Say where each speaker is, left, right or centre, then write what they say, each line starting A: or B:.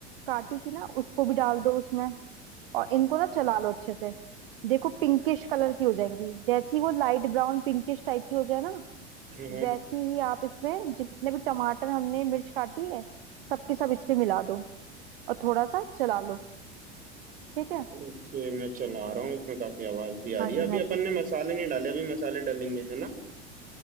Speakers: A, on the right; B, on the right.
A: काटी थी ना उसको भी डाल दो उसमें और इनको ना चला लो अच्छे से देखो पिंकिश कलर की हो जाएंगी जैसी वो लाइट ब्राउन पिंकिश टाइप की हो जाए ना
B: हाँ हाँ
A: वैसी ही आप इसमें जितने भी टमाटर हमने मिर्च काटी है सबके सब इस पे मिला दो और थोड़ा सा चला लो ठीक है
B: ओके मैं चला रहा हूँ इसमें काफी आवाज भी आ
A: हाँ
B: रही
A: जी
B: है अभी
A: हाँ
B: अपन
A: जी
B: ने मसाले नहीं डाले अभी मसाले डालेंगे है ना